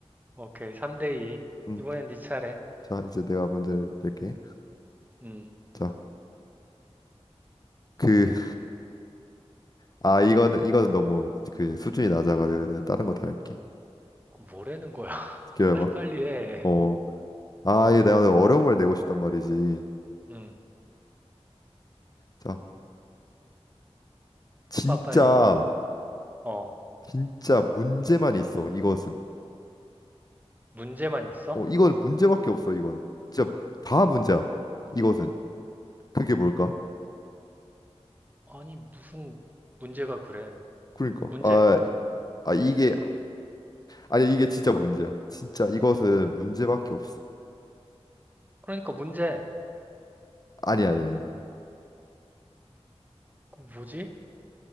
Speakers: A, on the right; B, on the left.
A: 오케이. 3대 2.
B: 음.
A: 이번엔 네 차례.
B: 자, 이제 내가 문제를 낼게.
A: 음,
B: 자, 그 아, 이거는 이거는 너무 그 수준이 낮아가지고 내가 다른 거 다 할게.
A: 뭐라는 거야? <laughs>
B: 기다려봐.
A: 빨리빨리 해.
B: 어. 아, 이게 내가 어려운 걸 내고 싶단 말이지.
A: 음,
B: 자, 진짜
A: 해봐, 빨리. 어,
B: 진짜 문제만 있어. 이것은.
A: 문제만 있어?
B: 어, 이거는 문제밖에 없어, 이건. 진짜 다 문제야. 이것은. 그게 뭘까?
A: 아니, 무슨 문제가 그래?
B: 그러니까.
A: 문제.
B: 아, 아 이게 아니 이게 진짜 문제야. 진짜 이것은 문제밖에 없어.
A: 그러니까 문제.
B: 아니 아니 아니.
A: 그 뭐지?